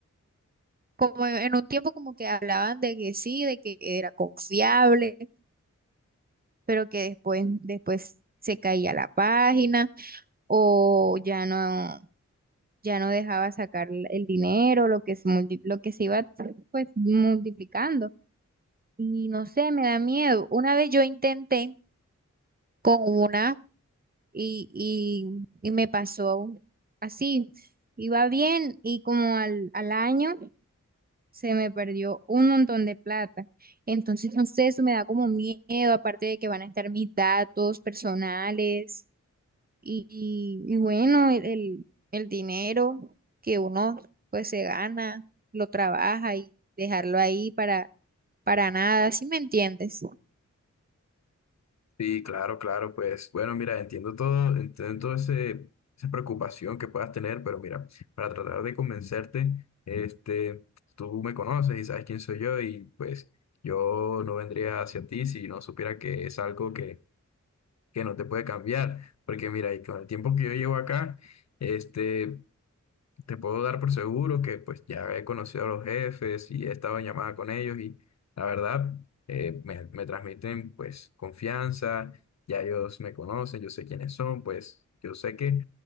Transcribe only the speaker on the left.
Sí, claro, claro, pues bueno, mira, entiendo todo, entiendo todo ese, esa preocupación que puedas tener, pero mira, para tratar de convencerte, este, tú me conoces y sabes quién soy yo y pues yo no vendría hacia ti si no supiera que es algo que, que no te puede cambiar, porque mira, y con el tiempo que yo llevo acá, este, te puedo dar por seguro que pues ya he conocido a los jefes y he estado en llamada con ellos y la verdad eh, me, me transmiten pues confianza, ya ellos me conocen, yo sé quiénes son, pues yo sé que